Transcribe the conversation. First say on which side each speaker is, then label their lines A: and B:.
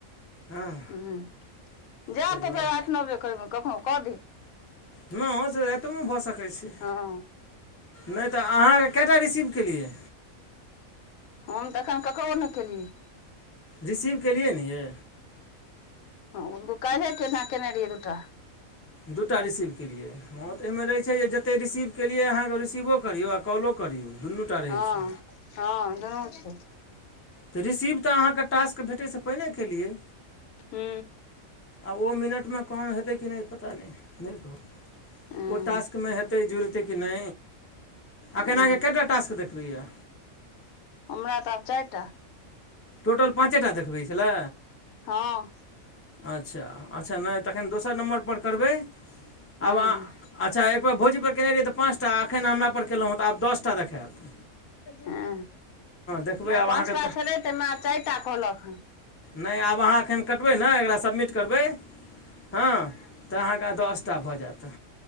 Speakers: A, on the left; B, on the left.
A: हँ
B: हूँ जैब
A: ताहि दुआरे
B: त फेर आठ नौ बजे करब कखनौ कऽ देब।
A: हँ से राइतो मे भऽ सकै छैय।
B: हँ।
A: नै त अहाँके कएटा रिसीव केलियै।
B: हम त एखन ककरो नै केलियै।
A: रिसीव केलियै ने यै।
B: हँ ओ काइलहे केने- केने रहियै दु टा।
A: दूटा रिसीव केलियै हँ त एयमे रहै छैय जे ज जते रिसीव केलियै अहाँ रिसीवो करियौ आ कॉलो करियौ दुनू टा रहै
B: हँ-
A: छै
B: हँ दुनू छैय।
A: त रिसिव त अहाँके टास्क भेटै सए पहिने केलियै।
B: हू।
A: आब ओ मिनटमे काउंट हेतै कि नै पता नै, नै कहब।
B: हूँ
A: ओ टास्कमे हेतै जुड़तै कि नै, अखन
B: हूँ
A: अहाँके कएटा टास्क देखबैए।
B: हमरा त आब चाइ टा।
A: टोटल पाँचे टा देखबै छलै।
B: हँ।
A: अच्छा-अच्छा नै तखैन दोसर नम्बर पर करबै,
B: हूँ
A: आब अहाँ अच्छा एक बेर भौजी पर केने रहियै त पाँचटा आ अखैन हमरा पर केलौं त आब दसटा देखैत।
B: हँ
A: देखबै
B: नै
A: आब
B: पाँच
A: अहाँके
B: टा छलै तयमे आब चाइ टा कहलक हेँ।
A: नै आब अहाँ अखैन कटबै ने एकरा सबमिट करबै हँ त अहाँके दसटा भऽ जैत।